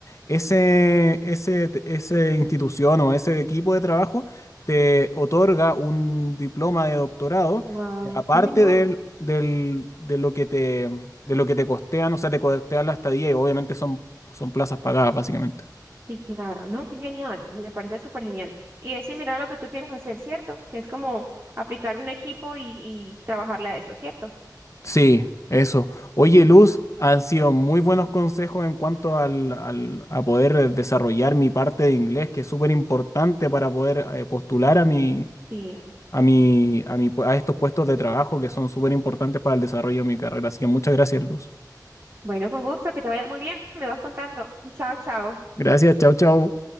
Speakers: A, on the left (about 45°); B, on the right (about 35°).
A: ese, ese, ese institución o ese equipo de trabajo te otorga un diploma de doctorado,
B: Wow,
A: eh, aparte
B: qué genial.
A: del, del- de lo que te, de lo que te costean, o sea, te costean la estadía y obviamente son, son plazas pagadas, básicamente.
B: Sí, claro, no, qué genial. Me parece súper genial. Y es similar a lo que tú quieres hacer, ¿cierto? Que es como aplicar un equipo y, y trabajarle a eso, ¿cierto?
A: Sí, eso. Oye, Luz, han sido muy buenos consejos en cuanto al, al- a poder desarrollar mi parte de inglés, que es súper importante para poder eh, postular a mi,
B: Sí.
A: a mi, a mi, a estos puestos de trabajo que son súper importantes para el desarrollo de mi carrera. Así que muchas gracias, Luz.
B: Bueno, con gusto, que te vaya muy bien. Me vas contando. Chao, chao.
A: Gracias, chao, chao.